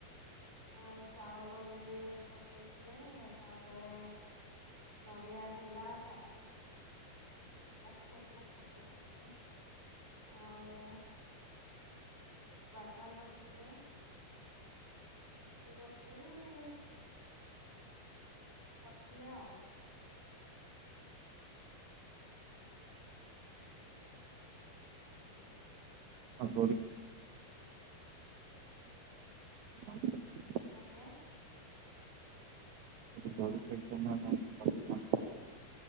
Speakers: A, in the centre; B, on the right.
A: ଆଉ ଚାଉଳ, ବିରି ପକେଇଥିଲେ। ତାପରେ ନଡ଼ିଆ ଥିଲା କା <unintelligible> ଆଉ। ବାଦାମ ବନେଇ ଥିଲେ। <unintelligible> କରିଥିଲେ ଆଉ। ହୁଁ।
B: ଆଉ <unintelligible>
A: ଆଜ୍ଞା।
B: ଦୋଳି ଖେଳିଛନ୍ତି ନା ନାଇଁ ରଜ ପାନ